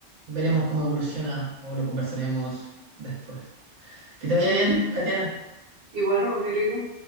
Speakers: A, on the right; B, on the right.
A: veremos cómo evoluciona o lo conversaremos después. Que te vaya
B: Ujú.
A: bien, Katiana.
B: Igual, Rodrigo.